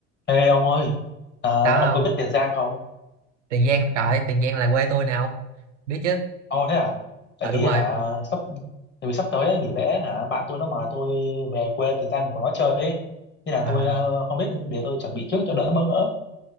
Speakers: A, on the left; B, on the right.
A: Ê ông ơi, à,
B: Đó
A: ông
B: không?
A: có biết Tiền Giang không?
B: Tiền Giang trời ơi, Tiền Giang là quê tôi nè không? Biết chứ.
A: Ồ thế à? Tại
B: Ờ đúng
A: vì
B: rồi.
A: hả sắp tại vì sắp tới ấy, nghỉ lễ hả bạn tôi nó mời tôi về quê Tiền Giang của nó chơi ấy. Nên là
B: À,
A: tôi ờ, không biết để tôi chuẩn bị trước cho đỡ bỡ ngỡ.